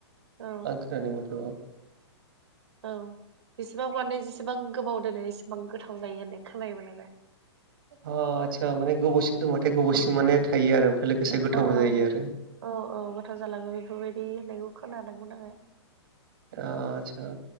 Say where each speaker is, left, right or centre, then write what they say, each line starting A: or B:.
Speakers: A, on the right; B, on the right.
A: औ
B: आं खोनादों मोनथ।
A: औ जसेबां माने जेसेबां गोबाव दोनो एसेबां गोथाव जायो होननाय खोनायोमोन <unintelligible>
B: ओ आदसा माने गोबावसिम दोनबाथाय गोबावसिम माने थायो आरो लोगोसे गोथावबो
A: औ
B: जायो आरो
A: औ औ गोथाव जालाङो बेफोरबायदि होननायखौ खोनादोंमोन आङो।
B: आतसा